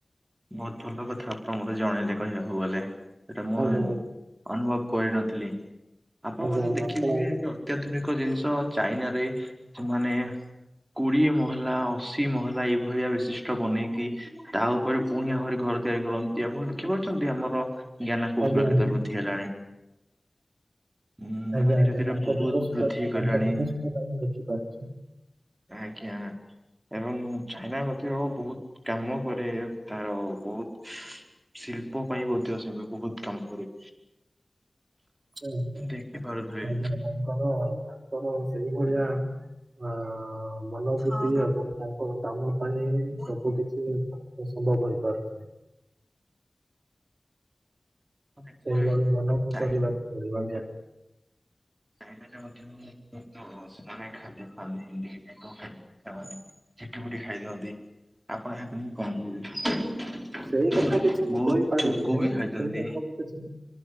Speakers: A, on the right; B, on the right.
A: ବହୁତ ଭଲ କଥା ଆପଣ ମତେ ଜଣେଇଲେ କହିବାକୁ ଗଲେ ସେଇଟା ମୁଁ
B: ଆଜ୍ଞା
A: ଅନୁଭବ କରିନଥିଲି ଆପଣକୁ
B: ଆଜ୍ଞା
A: ଆଜି
B: ଆଜ୍ଞା
A: ଦେଖିଥିବେ
B: ଆପଣ
A: ଏବେ ଅତ୍ୟାଧୁନିକ ଜିନିଷ ଚାଇନାରେ ମାନେ ସେମାନେ- କୋଡିଏ ମହଲା ଅଶି ମହଲା ଏଇଭଳିଆ ବିଶିଷ୍ଟ ବନେଇକି ଆଉ ପୁଣି ଆହୁରି ଘର ତିଆରି କରନ୍ତି ଆପଣ ଦେଖିପାରୁଛନ୍ତି ଆମର ଜ୍ଞାନ କୌଶଳ
B: ଆଜ୍ଞା ଆଜ୍ଞା
A: କ୍ଷେତ୍ରରେ ବୃଦ୍ଧି ହେଲାଣି। ହୁଁ
B: ଆଜ୍ଞା
A: ଆମେ ଧୀରେ
B: ଆଜ୍ଞା
A: ଧୀରେ
B: ତାଙ୍କ
A: ବହୁତ
B: ବିକଶିତ
A: ବୃଦ୍ଧି
B: ତାଙ୍କ
A: କଲେଣି।
B: ବିକଶିତ ଟା ମୁଁ ଦେଖିପାରୁଛି।
A: ଆଜ୍ଞା ଏବଂ ଚାଇନା ମଧ୍ୟ ବହୁତ କାମ କରେ। ତାର ବହୁତ ଶିଳ୍ପ ପାଇଁ ମଧ୍ୟ ସେବି ବହୁତ କାମ କରେ।
B: ଆଜ୍ଞା
A: ଦେଖି ପାରୁଥିବେ।
B: ଆଜ୍ଞା, ତାଙ୍କର ତାଙ୍କର ସେଇଭଳିଆ ଆଁ ମନୋବୃତ୍ତି
A: ହଁ
B: ଏବଂ ତାଙ୍କର କାମ ପାଇଁ ସବୁ
A: ହଁ
B: କିଛି ସମ୍ଭବ ହେଇପାରୁଚି।
A: ନିହାତି।
B: ସେଇଭଳି ମନକୁ
A: ଚାଇନା
B: କରିବାକୁ ପଡିବ ଆଜ୍ଞା।
A: ଚାଇନାଟା ମଧ୍ୟ ସେମାନେ ଖାଦ୍ୟ ଖାଆନ୍ତିି ଖ ସେମାନେ ଝିଟିପିଟି ଖାଇ ଦିଅନ୍ତି ଆପଣ ଏହାକୁ ନେଇ କଣ କହିବେ?
B: ସେଇ କଥା କିଛି ମୁଁ
A: ବହୁତ
B: କହିପାରିବିନି
A: ଚୋକ ବି
B: ସେଇ
A: ଖାଇଛନ୍ତି।
B: କଥା ମୁଁ କିଛି